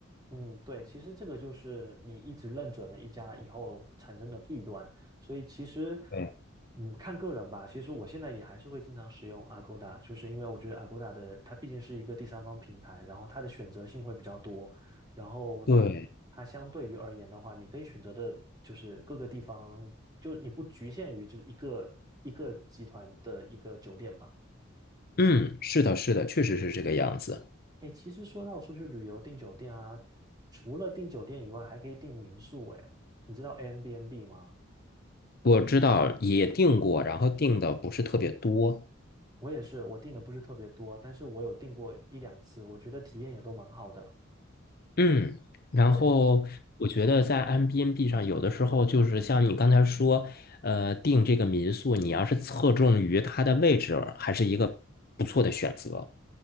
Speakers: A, on the right (about 20°); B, on the left (about 50°).
A: 嗯，对，其实这个就是你一直认准了一家以后产生的弊端，所以其实，
B: 对，
A: 嗯，看个人吧。其实我现在也还是会经常使用 Agoda，就是因为我觉得 Agoda 的它毕竟是一个第三方平台，然后它的选择性会比较多，然后
B: 对，
A: 它相对于而言的话，你可以选择的就是各个地方，就你不局限于就是一个一个集团的一个酒店嘛。
B: 嗯，是的，是的，确实是这个样子。
A: 哎，其实说到出去旅游订酒店啊，除了订酒店以外，还可以订民宿。哎，你知道 Airbnb 吗？
B: 我知道也订过，然后订的不是特别多。
A: 我也是，我订的不是特别多，但是我有订过一两次，我觉得体验也都蛮好的。
B: 嗯，然后我觉得在
A: 对。
B: Airbnb 上，有的时候就是像你刚才说，呃，订这个民宿，你要是侧重于它的位置，还是一个不错的选择。